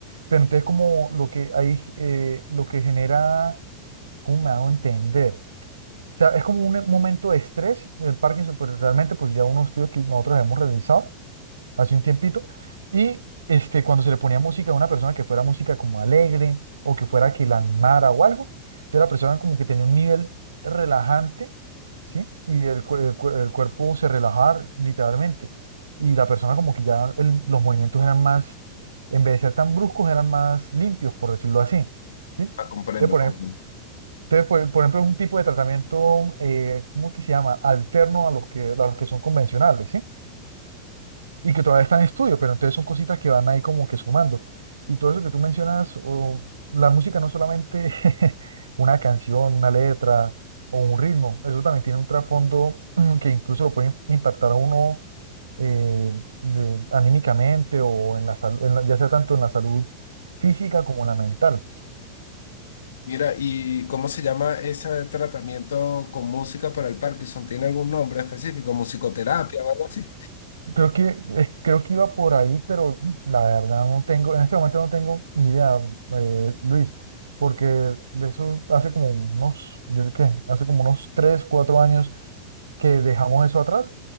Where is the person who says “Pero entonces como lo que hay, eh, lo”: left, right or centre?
Right